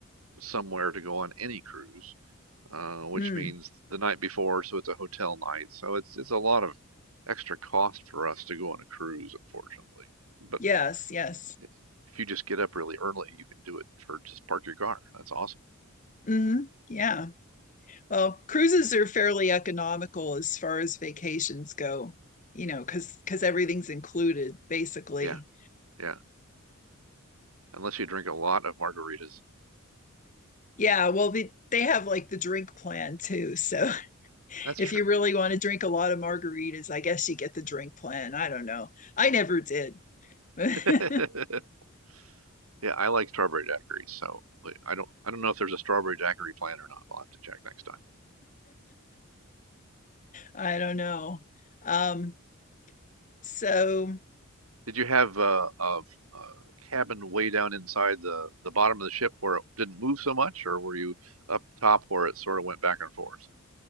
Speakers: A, on the right; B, on the left.
A: somewhere to go on any cruise, uh, which
B: Mm,
A: means the night before, so it's a hotel night. So it's it's a lot of extra cost for us to go on a cruise, unfortunately. But
B: yes, yes.
A: i- if you just get up really early, you can do it for just park your car. That's awesome.
B: hmm Yeah. Well, cruises are fairly economical as far as vacations go, you know, because because everything's included basically.
A: Yeah, yeah. Unless you drink a lot of margaritas.
B: Yeah. Well, they they have like the drink plan too. So <laughs>
A: That's true.
B: if you really want to drink a lot of margaritas, I guess you get the drink plan. I don't know. I never did. <laughs>
A: <laughs> Yeah, I like strawberry daiquiri, so like, I don't I don't know if there's a strawberry daiquiri plan or not. I'll have to check next time.
B: I don't know. Um, so
A: Did you have uh, a, a cabin way down inside the the bottom of the ship where it didn't move so much, or were you up top where it sort of went back and forth?